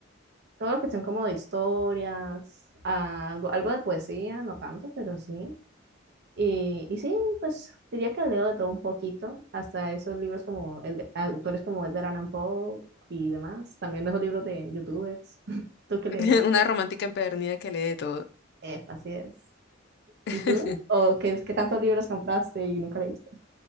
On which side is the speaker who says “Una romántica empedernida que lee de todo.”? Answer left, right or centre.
Left